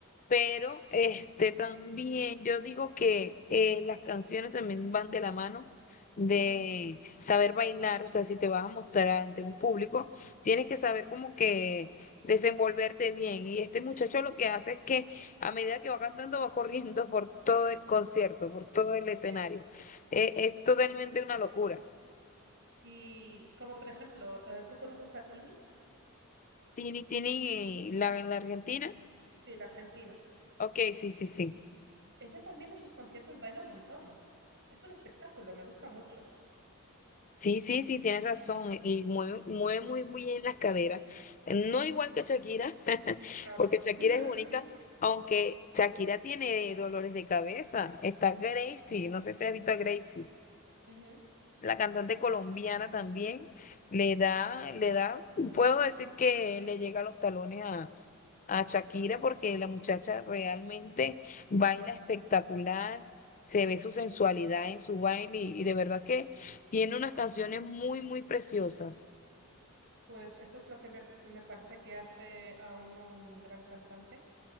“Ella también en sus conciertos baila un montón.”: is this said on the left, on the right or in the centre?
Right